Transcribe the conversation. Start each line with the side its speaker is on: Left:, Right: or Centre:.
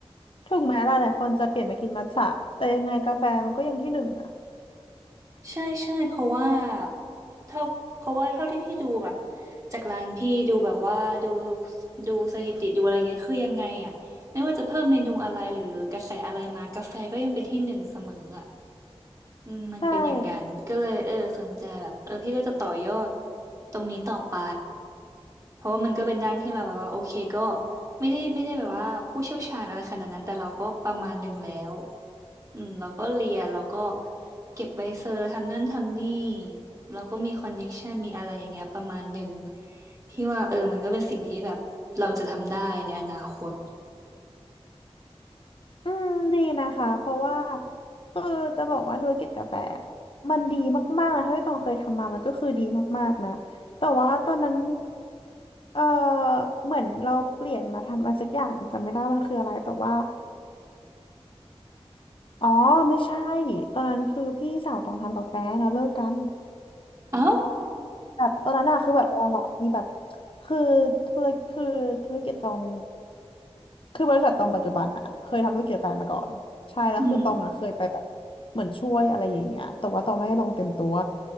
Left: ถึงแม้หลายๆคนจะเปลี่ยนมากินมัทฉะแต่ยังไงกาแฟมันก็ยังที่หนึ่งนะ
Right: ใช่ใช่เพราะว่าเท่าเพราะว่าเท่าที่พี่ดูแบบจากร้านพี่ดูแบบว่าดูดูสถิติดูอะไรเงี้ยคือยังไงอ่ะไม่ว่าจะเพิ่มเมนูอะไรหรือกระแสอะไรมากาแฟก็ยังเป็นที่หนึ่งเสมออ่ะ อืมมันเป็นอย่างนั้นก็เลยเออสนใจแบบเออพี่ก็จะต่อยอด
Left: ใช่
Right: ตรงนี้ต่อไปเพราะว่ามันก็เป็นด้านที่เราแบบว่าโอเคก็ไม่ได้ไม่ได้แบบว่าผู้เชี่ยวชาญอะไรขนาดนั้นแต่เราก็ประมาณหนึ่งแล้วอืมเราก็เรียนเราก็เก็บใบเซอร์ทำนั่นทำนี่เราก็มีคอนเน็กชันมีอะไรอย่างเงี้ยประมาณหนึ่งพี่ว่าเออมันก็เป็นสิ่งที่แบบเราจะทำได้ในอนาคต
Left: อืมดีนะคะเพราะว่าคือจะบอกว่าธุรกิจกาแฟมันดีมากๆนะเท่าที่ตองเคยทำมามันก็คือดีมากๆนะแต่ว่าตอนนั้นเออเหมือนเราเปลี่ยนมาทำอะไรสักอย่างจำไม่ได้มันคืออะไรแต่ว่าอ๋อไม่ใช่ตอนนั้นคือพี่สาวตองทำกาแฟแล้วเลิกกัน
Right: เอ้า
Left: แบบตอนนั้นอะคือแบบเราอะมีแบบคือธุรคือธุรกิจตองคือบริษัทตองปัจจุบันอะเคยทำธุรกิจแฟนมาก่อนใช่แล้วคือตองอะเคยไปแบบเหมือนช่วยอะไรอย่างเงี้ยแต่ว่าตองไม่ได้ลงเต็มตัว
Right: อืม